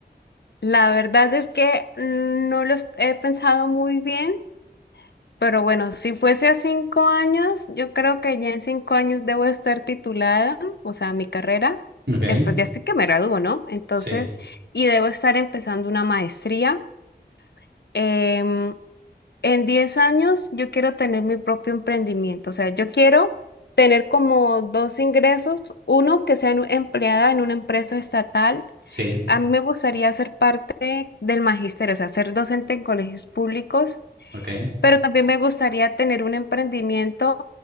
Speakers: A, on the left; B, on the right.
A: la verdad es que no lo est- he pensado muy bien, pero bueno, si fuese a cinco años, yo creo que ya en cinco años debo estar titulada, o sea, mi carrera,
B: Ok,
A: ya, pues ya estoy que me gradúo, ¿no? Entonces,
B: sí,
A: y debo estar empezando una maestría. em, En 10 años yo quiero tener mi propio emprendimiento, o sea, yo quiero tener como dos ingresos, uno que sea en- empleada en una empresa estatal.
B: sí,
A: A mí me gustaría ser parte del magisterio, o sea, ser docente en colegios públicos,
B: ok.
A: pero también me gustaría tener un emprendimiento